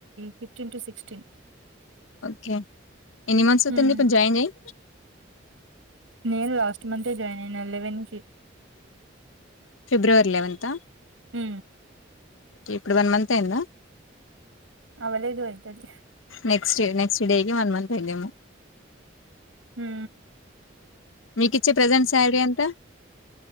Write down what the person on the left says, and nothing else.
ఓకే ఎన్ని మంత్స్ అవుతుంది
ఇప్పుడు జాయిన్ చేయ్
ఫిబ్రవరి లెవెన్తా
ఇప్పుడు వన్ మంత్ అయిందా
నెక్స్ట్ే నెక్స్ట్ డేకి వన్ మంత్ అయిద్దెమో
మీకిచ్చే ప్రజెంట్ శాలరీ ఎంత